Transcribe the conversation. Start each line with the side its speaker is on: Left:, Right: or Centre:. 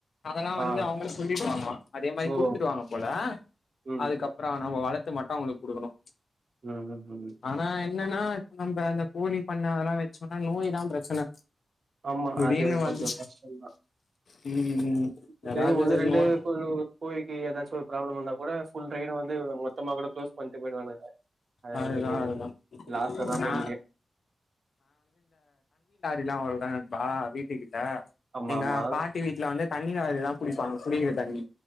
Left: அதலா வந்து
Right: ஆ
Left: அவுங்ளே சொல்லிடுவாங்களா அதே மாரி
Right: ஓ
Left: குடுத்துடுவாங்க போல
Right: ம்
Left: அதுக்கப்பரோ நம்ம வளத்து மத்தவங்களுக்கு குடுக்கணு
Right: ம் ம்
Left: ஆனா என்னன்னா இப்ப நம்ப அந்த கோலி பண்ண அதெல்லா வச்சோனா நோய் தா பிரச்சன
Right: ஆமா
Left: திடீர்னு
Right: அது கொஞ்சோ
Left: வந்து
Right: கஷ்டோ தா
Left: ம்
Right: <unintelligible>
Left: ஏதாவது
Right: ஒண்ணு ரெண்டு
Left: நோய்
Right: <unintelligible> போயிட்டு ஏதாச்சும் ப்ராப்ளம் வந்த கூட ஃபுல் ரைட்டு வந்து மொத்தமா கூட க்ளோஸ் பண்ணிட்டு போயிடுவானுங்க அது
Left: அதுதா
Right: நம்மளுக்கு
Left: அதுதா
Right: லாஸ்லதா
Left: நா
Right: போய் முடியும்
Left: எல்லா ஒருதான பா வீட்டுக்கு த்த
Right: ஆமா
Left: எங்க
Right: ஆமா
Left: பாட்டி வீட்டுல வந்து தண்ணி லாரிலதா புடிப்பாங்க குடிக்கிற தண்ணி